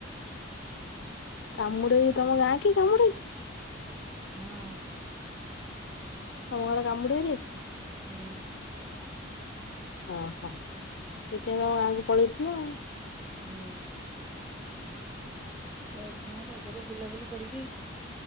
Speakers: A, on the left; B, in the centre.
A: କାମୁଡେଇ ତମ ଗାଁ କି କାମୁଡେଇ?
B: ହଁ
A: ତମ ଘର କାମୁଡ଼େଇକି?
B: ହୁଁ।
A: ଓହୋ ଏଥି ତମ ଗାଁକୁ ପଳେଇଥିବ ଆଉ।
B: ଉୁଁ। ଯାଇଥିନୁ ରଜରେ ବୁଲାବୁଲି କରିକି